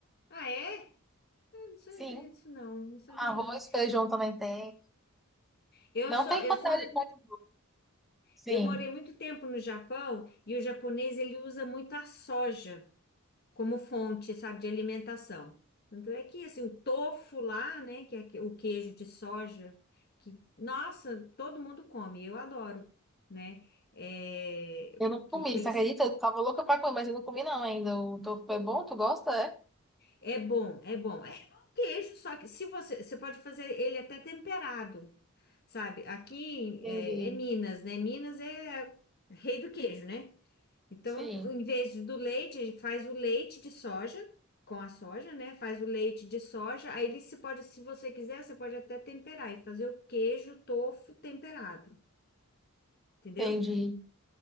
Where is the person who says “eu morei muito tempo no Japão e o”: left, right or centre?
Left